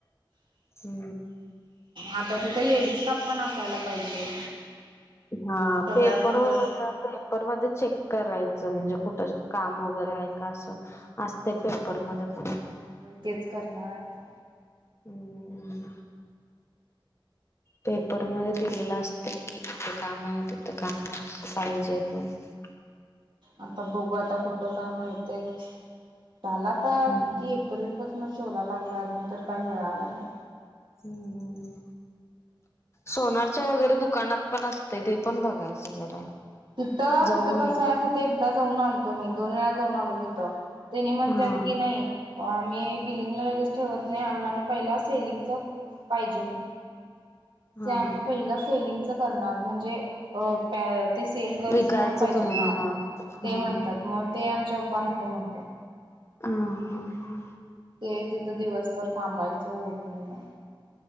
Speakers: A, on the left; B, on the right.
A: हम्म
B: आता तिथे लेडीज स्टाफ पण असायला पाहिजे.
A: हा
B: सगळ्यात
A: पेपर
B: महत्वाच
A: <unintelligible> पेपरमधे चेक करायचं म्हणजे कुठ जॉ काम वगैरे आहे का असं असतय पेपरमध्ये पण
B: होय तेच करणार हाय आता
A: हम्म पेपरमध्ये दिलेलं असतय कि इथ काम हाय तिथं काम हाय. <unintelligible>
B: आता बघू आता कुठं काय मिळतय झाल आता
A: हम्म
B: किती एप्रिल पासू न शोधा लागलोय अजून तर काय मिळालं नाही.
A: हम्म सोनारच्या वगैरे दुकानात पण असतय ते पण बघायचं जरा
B: तिथं
A: जाऊन
B: तिथं कसं
A: ये
B: आहे तिथे एकदा जाऊन आलतो मी दोन वेळा जाऊन आलो तिथं त्यांनी म्हणत्यात
A: हा
B: की नाही. आम्ही बिलिंगला लगेच ठेवत नाही आम्हानी पहिला सेलिंगच पाहिजे.
A: हा
B: ते आम्ही पहिला सेलिंगच करणार म्हणजे अं पॅ ते सेल गर्ल्स
A: विकायचं
B: म्हणून पाहिजेत
A: तुम्ही
B: हा
A: हा
B: ते म्हणतात मग ते आमच्या पप्पा नको म्हणत्यात.
A: अ हा हा
B: ते तिथं दिवसभर थांबायचं होत नाही म